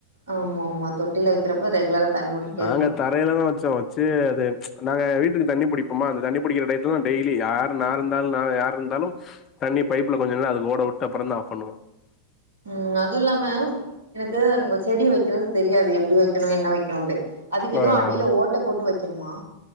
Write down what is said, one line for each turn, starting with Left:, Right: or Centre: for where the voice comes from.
Right: ஆமா ஆமா தொட்டில வைக்கிறப்ப ரெகுலரா தண்ணி விட்டுட்டே
Left: நாங்க
Right: இருக்கணு
Left: தா தரைலதா வச்சோ வச்சு அது நாங்க வீட்டுக்கு தண்ணி புடிப்பமா அந்த தண்ணி புடிக்கிற டயத்துல டெய்லி ஆ நா இருந்தாலு யார் இருந்தாலு தண்ணி பைப்ல கொஞ்ச நேர அது ஓட உட்டு அப்புறோ ஆஃப் பண்ணுவோ
Right: ம் அதுவு இல்லாம எனக்கு செடி வைக்கிறது தெரியாது எப்டி வைக்கணு என்ன வைக்கணுன்டு அதுக்கு எதூ
Left: ஆ
Right: அடியில ஓட்ட போட்டு வைக்கணுமா